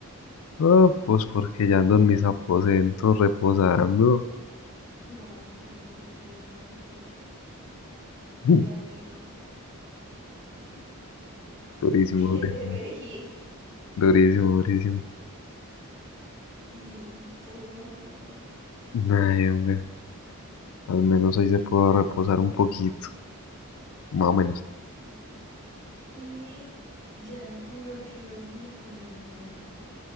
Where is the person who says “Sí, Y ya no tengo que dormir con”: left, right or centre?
Right